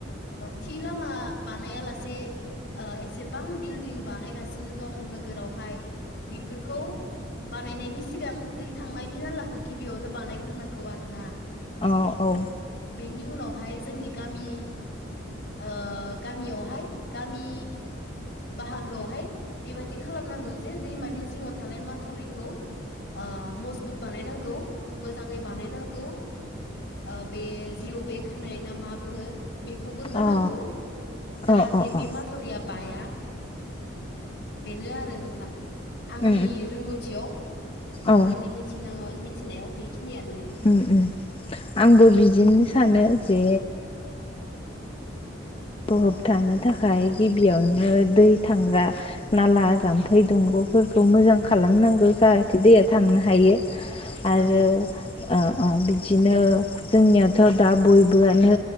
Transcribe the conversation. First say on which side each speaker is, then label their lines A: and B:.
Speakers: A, on the left (about 55°); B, on the left (about 30°).
A: थि लामा बानायालासे। ओ एसेबां बिल्डिं बानायगासिनो दं नोगोराव। हाय बिफोरखौ बानायनायनि सिगां दै थांनायनि नालाखौ गिबियावनो। बानायग्रोनांगौ आरो ना।
B: अहऔ।
A: बेनि उनावहाय जोंनि गामि ओ गामियावहाय गामि बाहागोआवहाय बेबादि खालामनांगौ जे दैमा गेजे जिंङाव थानाय माथोवरिखौ ओ मजबुत बानायनांगौ मोजाङै बानायनांगौ ओ बे जिउ बे खोनाय ना मा बुङो बेखौबो होनांगौ
B: अ
A: जाहाथे
B: अ अ
A: बे
B: अ
A: माथोवरिया बाया बेनो आरो नोंथां आंनि
B: उम
A: रोंगौथियाव
B: उम औ
A: आंनि मिथिनाङाव मिथिनायाव बिखिनियानो
B: ओम ओम आंबो बिदिनो सानो ओ जे ओ होबथानो थाखाय गिबियावनो दै थांग्रा नाला जाम्फै दंग' फोरखौ मोजां खालामनांगौ जाहाथे दैया थांनो हायो आरो
A: औ
B: ओ अ बिदिनो जोंनियाथ' दा बयबोआनो